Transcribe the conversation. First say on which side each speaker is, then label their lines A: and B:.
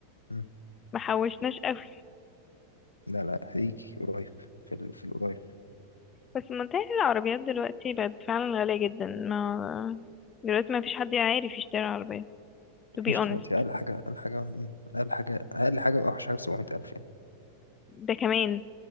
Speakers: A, on the left (about 85°); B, on the left (about 25°).
A: مم.
B: ما حوشناش قوي
A: لا لا هيجي قريب في ال... في القريب
B: بس منتهي العربيات دلوقتي بقت فعلا غالية جدا ما دلوقتي ما فيش حد عارف يشتري عربية
A: مفيش
B: to be honest
A: دلوقتي اقل حاجه اقل حاجه مم. اقل حاجه اقل حاجه واوحش حاجه ب 700000 يعني
B: ده كمان